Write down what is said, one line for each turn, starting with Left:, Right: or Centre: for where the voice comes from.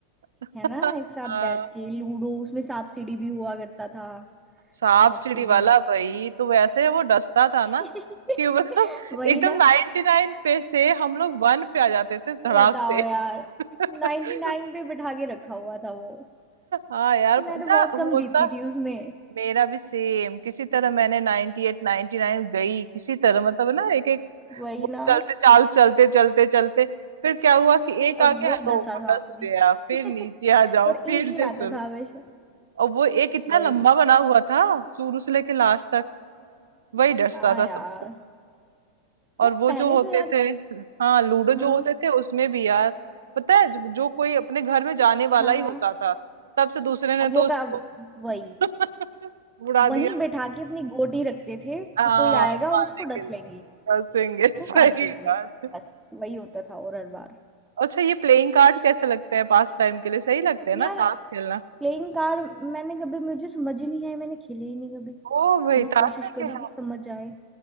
Right: <laughs>
Centre: है ना एक साथ
Right: हाँ
Centre: बैठ के लूडो उसमें सांप सीढ़ी भी हुआ करता था
Right: सांप
Centre: सांप
Right: सीढ़ी
Centre: सीढ़ी
Right: वाला भाई तो वैसे वो डसता था
Centre: <laughs>
Right: ना कि मतलब
Centre: वही
Right: एकदम
Centre: ना
Right: 99 नाइन पे से हम लोग वन पे आ जाते थे धड़ाक
Centre: बताओ
Right: से
Centre: यार
Right: <laughs>
Centre: 99 नाइन पे बिठा के रखा हुआ था वो
Right: हाँ यार
Centre: मैं
Right: अच्छा
Centre: तो बहुत
Right: होता
Centre: कम जीती थी उसमें
Right: मेरा भी सेम किसी तरह मैंने 98 एट नाइनटी नाइन गई किसी तरह मतलब ना एक एक
Centre: वही
Right: वो
Centre: ना
Right: चलते चाल चलते चलते चलते फिर क्या हुआ कि एक
Centre: और
Right: आ गया
Centre: वो डसा
Right: तो वो
Centre: था
Right: डस
Centre: आपने
Right: गया फिर
Centre: <laughs>
Right: नीचे आ जाओ
Centre: और एक
Right: फिर
Centre: ही
Right: से
Centre: आता
Right: शुरू
Centre: था हमेशा
Right: और वो एक इतना
Centre: वही
Right: लंबा बना हुआ था शुरू से लेके लास्ट तक वही डसता
Centre: हाँ
Right: था
Centre: यार
Right: सबको और
Centre: यार
Right: वो
Centre: पहले
Right: जो होते
Centre: तो यार
Right: थे हाँ लूडो
Centre: हाँ
Right: जो होते थे उसमें भी यार पता है जो, जो कोई अपने घर में जाने
Centre: हाँ
Right: वाला ही
Centre: हाँ
Right: होता था तब से दूसरे ने
Centre: अब
Right: तो
Centre: वो
Right: उसको
Centre: का वही
Right: <laughs> उड़ा
Centre: वहीं
Right: दिया
Centre: बैठा के अपनी गोटी रखते थे
Right: हाँ
Centre: कि कोई आएगा
Right: मारने
Centre: और उसको
Right: के
Centre: डस
Right: लिए
Centre: लेंगे
Right: कसेंगे
Centre: उसको
Right: <laughs> सही
Centre: काट देंगे
Right: बात
Centre: बस वही होता था और हर बार
Right: अच्छा ये प्लेइंग कार्ड कैसे लगते हैं पास टाइम के लिए सही लगते हैं ना
Centre: यार
Right: ताश खेलना
Centre: प्लेइंग कार्ड मैंने कभी मुझे समझ ही नहीं आया मैंने खेले ही नहीं कभी
Right: ओ भाई
Centre: बहुत
Right: ताश
Centre: कोशिश
Right: नहीं खेला
Centre: करी कि समझ आए